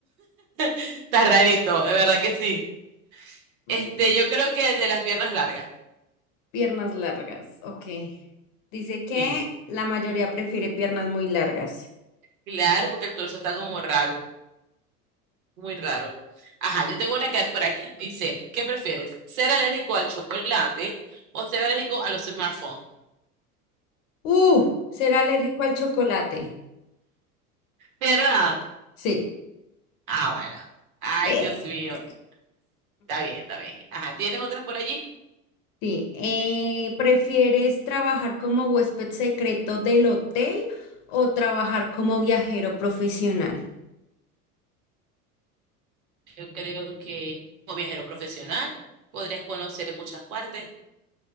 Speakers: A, on the right (about 65°); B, on the left (about 55°).
A: Está rarito, de verdad que sí.
B: Ujú.
A: Este, yo creo que el de las piernas largas.
B: Piernas largas, ok. Dice que
A: Sí,
B: la mayoría prefiere piernas muy largas.
A: claro, porque el torso está como raro, muy raro. Ajá, yo tengo una que por aquí. Dice, ¿qué prefieres? ¿Ser alérgico al chocolate o ser alérgico a los smartphones?
B: Uh, ¿será alérgico al chocolate?
A: ¿Verdad?
B: Sí.
A: Ah, bueno. Ay,
B: Sí.
A: Dios mío.
B: sí.
A: Está bien, está bien. Ajá, ¿tienes otras por allí?
B: Sí, eh, ¿prefieres trabajar como huésped secreto del hotel o trabajar como viajero profesional?
A: Yo creo que como viajero profesional podrías conocer muchas partes.